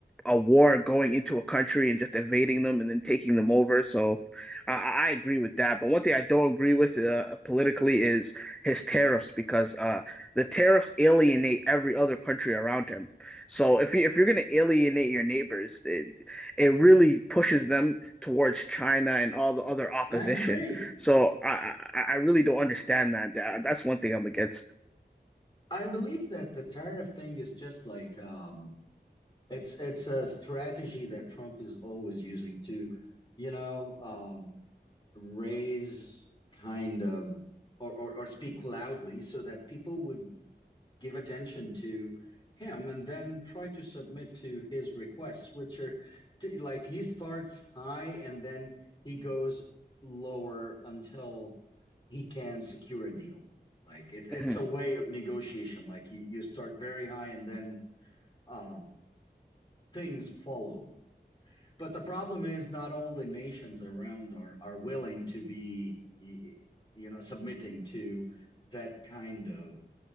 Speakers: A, in the centre; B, on the left (about 25°).
A: a war going into a country and just invading them and then taking them over. So I, I I agree with that. But one thing I don't agree with uh, politically is his tariffs because uh, the tariffs alienate every other country around him. So if you if you're gonna alienate your neighbors, it it really pushes them towards China and all the other opposition.
B: I agree.
A: So I I, I really don't understand that. That- That's one thing I'm against.
B: I believe that the tariff thing is just like um, it's it's a strategy that Trump is always using to, you know, um, raise kind of or, or or speak loudly so that people would give attention to him and then try to submit to his requests, which are t- like he starts high and then he goes lower until he can secure a deal. Like it, it's
A: Mhm,
B: a way of negotiation. Like you, you start very high and then uh, things follow. But the problem is not all the nations around are, are willing to be, you know, submitting to that kind of